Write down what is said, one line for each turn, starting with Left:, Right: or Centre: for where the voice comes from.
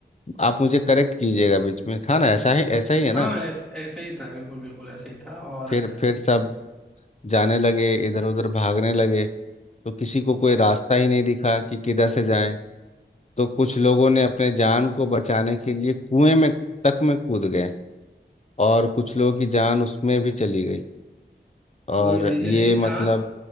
Left: आप मुझे करेक्ट कीजिएगा बीच में हाँ ना ऐसा ही ऐसा ही है
Centre: हाँ
Left: ना
Centre: ऐस, ऐसे ही था बिल्कुल बिल्कुल ऐसे ही था और
Left: फिर फिर सब जाने लगे इधर उधर भागने लगे तो किसी को कोई रास्ता ही नहीं दिखा कि किधर से जाएं तो कुछ लोगों ने अपने जान को बचाने के लिए कुएं में तक में कूद गए और कुछ लोगों की जान उसमें भी चली गई और
Centre: वो रीजन
Left: ये
Centre: ये
Left: मतलब
Centre: था